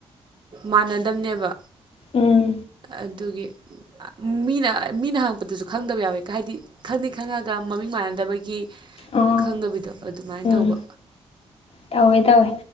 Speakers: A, on the right (about 45°); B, on the left (about 65°).
A: ꯃꯥꯟꯅꯗꯝꯕꯅꯦꯕ
B: ꯎꯝ
A: ꯑꯗꯨꯒꯤ ꯃꯤꯅ ꯃꯤꯅ ꯍꯥꯡꯉꯛꯄꯗꯖꯨ ꯈꯪꯗꯕ ꯌꯥꯎꯋꯦꯀ ꯍꯥꯏꯗꯤ ꯈꯪꯗꯤ ꯈꯪꯉꯒ ꯃꯃꯤꯡ ꯃꯥꯟꯅꯗꯕꯒꯤ
B: ꯑꯣ
A: ꯈꯪꯗꯕꯤꯗꯣ ꯑꯗꯨꯃꯥꯏꯅ
B: ꯎꯝ
A: ꯇꯧꯕ
B: ꯇꯧꯋꯦ ꯇꯧꯋꯦ